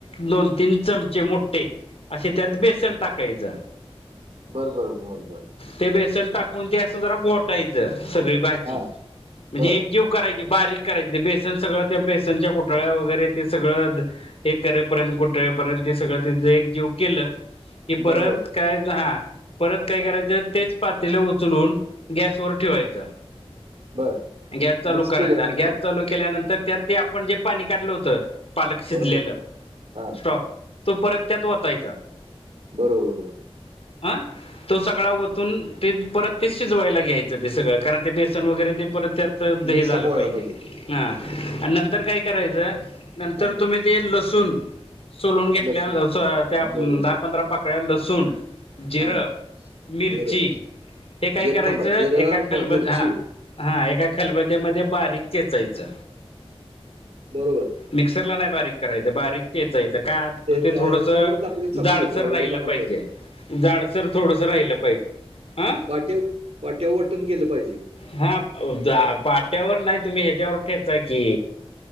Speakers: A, on the left; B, on the right.
A: दोन तीन चमचे मोे असे त्यात बेसन टा काज
B: बरबर बरोबर
A: ते बेसन टाकून ते असं जरा घोटायचं सगळी भाजी
B: हा
A: म्हणजे
B: बर
A: एक जीव करायची बारीक करायची ते बेसन सगळं त्या बेसनच्या कोटाळ्या वगैरे ते सगळं एक करेपर्यंत कुठळेपर्यंत ते सगळं तिथ एकजीव केलं कि परत
B: बरोबर
A: काय हा परत काय करायचं तेच पातीला उचलून गॅसवर ठेवायचं
B: बर
A: गॅस चालू
B: मिक्स
A: करायचा
B: केल्यानंतर
A: आणि गॅस चालू केल्यानंतर त्यात ते आपण जे पाणी काढलं होत पालक शिजलेलं
B: बरोबर हा
A: स्टॉक तो परत त्यात वतायचा
B: बरोबरर
A: आं तो सगळा वतून ते परत ते शिजवायला घ्यायचं ते सगळं कारण ते बेसन वगैरे ते परत त्यात युद्ध हे
B: मिक्सअप
A: झालं
B: व्हायला
A: पाहिजे
B: ते
A: ह
B: हा
A: आणि नंतर काय करायचं नंतर
B: हा
A: तुम्ही ते लसूण.. सोलून घेतल्या,
B: लसूण
A: हम त्या दहा
B: बरोबर
A: पंधरा पाकळ्या लसूण.... जिरं,
B: हा
A: मिरची
B: जिरं
A: हे काय
B: जिरं
A: करायचं
B: थांबा जिरं
A: एका खलबत
B: म- मिरची
A: हा हा एका खलबत्यामध्ये बारीक चेचायचं.
B: बरोबर...
A: मिक्सर ला नाही बारीक करायचं बारीक... चेचायच का तर ते
B: त्या
A: थोडसं
B: ह्याच्यावर टाकले चालते
A: जाडसर
B: की पावर
A: राहिलं
B: का पाट्यावर
A: पाहिजे.... जाडसर थोडस राहिलं पाहिजे.... हा
B: पाठयाव, पाठ्याव वाटून केलं पाहिजे.....
A: हा जा पाट्यावर नाही तुम्ही ह्याच्यावर ठेचा की....